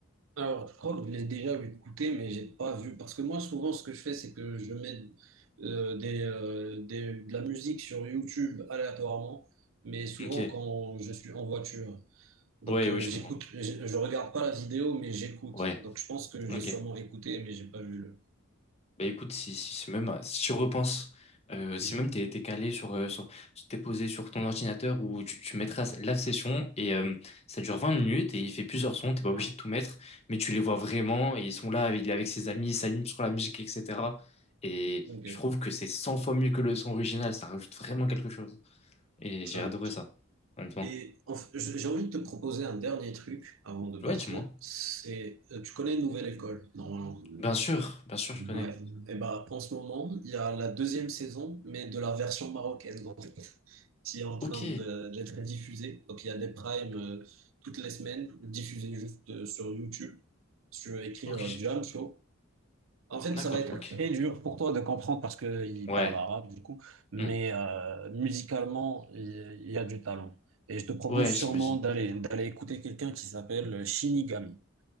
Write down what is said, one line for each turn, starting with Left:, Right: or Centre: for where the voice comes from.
Right: Alors, je crois que je l'ai déjà écouté, mais j'ai pas vu. Parce que moi, souvent, ce que je fais, c'est que je mets euh, des, euh, des- de la musique sur YouTube aléatoirement, mais souvent
Left: Ok.
Right: quand je suis en voiture. Donc,
Left: Ouais, oui,
Right: euh,
Left: je
Right: j'écoute,
Left: comprends.
Right: je, je regarde pas la vidéo, mais j'écoute.
Left: Ouais.
Right: Donc, je pense que
Left: Ok.
Right: j'ai sûrement écouté, mais j'ai pas vu le.
Left: Bah écoute, si, si, si même, si tu repenses, euh, si
Right: Mm.
Left: même t'es, t'es calé sur, euh, sur, t'es posé sur ton ordinateur où tu, tu mettras la session et euh, ça dure 20 minutes et il fait plusieurs sons, t'es pas obligé
Right: Ouais.
Left: de tout mettre, mais tu les vois vraiment et ils sont là, il est avec ses amis, il s'anime sur la musique, etc. Et
Right: Ok.
Left: je trouve que c'est 100 fois mieux que le son original, ça rajoute vraiment quelque chose. Et
Right: Simple.
Left: j'ai adoré ça, honnêtement.
Right: Et en f- je- j'ai envie de te proposer un dernier truc avant de partir.
Left: Ouais, dis-moi.
Right: C'est, euh, tu connais Nouvelle École, normalement.
Left: Bien sûr, bien sûr, je connais.
Right: Ouais. Et bah, en ce moment, il y a la deuxième saison, mais de la version marocaine, donc, qui est en train
Left: Ok,
Right: de- d'être diffusée. Donc, il y a des primes euh, toutes les semaines, diffusées juste euh, sur YouTube. Si tu veux écrire
Left: ok,
Right: Jam Show. En fait,
Left: d'accord,
Right: ça va être
Left: ok.
Right: très dur pour toi de comprendre parce qu'il
Left: Ouais,
Right: parle arabe, du coup. Mais
Left: hmm.
Right: euh, musicalement, il il y a du talent. Et je te propose
Left: Ouais,
Right: sûrement
Left: j'imagine.
Right: d'aller d'aller écouter quelqu'un qui s'appelle Shinigami.